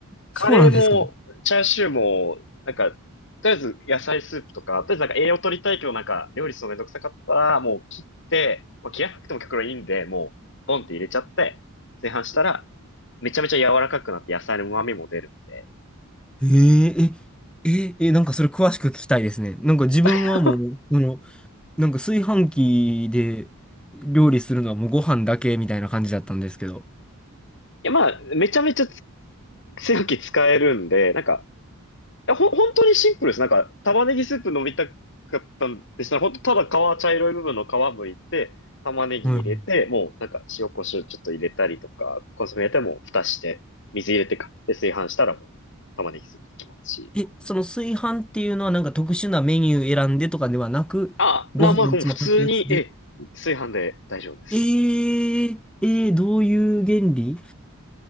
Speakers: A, on the left (about 55°); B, in the centre.
A: カレーも、
B: そうなんですか
A: チャーシューも、なんか、とりあえず野菜スープとか、とりあえずなんか栄養取りたいけどなんか料理するのめんどくさかったら、もう切って、まあ、切らなくても結構いいんで、もう、ボンって入れちゃって、炊飯したら、めちゃめちゃ柔らかくなって野菜の旨味も出るんで。
B: えええ、え、え、なんかそれ詳しく聞きたいですね。なんか自分はもう、
A: <laughs>
B: あの、なんか炊飯器で料理するのはもうご飯だけみたいな感じだったんですけど。
A: いや、まあ、めちゃめちゃつ炊飯器使えるんで、なんか、や、ほ、本当にシンプルです。なんか、玉ねぎスープ飲みたかったんでしたら、本当ただ皮、茶色い部分の皮剥いて、玉ねぎ入れて、
B: はいはい
A: もうなんか塩コショウちょっと入れたりとか、コンソメ入れてもう蓋して、水入れてか、で、炊飯したらもう玉ねぎスープできますし。
B: え、その炊飯っていうのはなんか特殊なメニュー選んでとかではなく、
A: あ、
B: ご飯いつも炊くやつで。
A: な、まあ、もう普通に、ええ、炊飯で大丈夫です。
B: えー、えー、どういう原理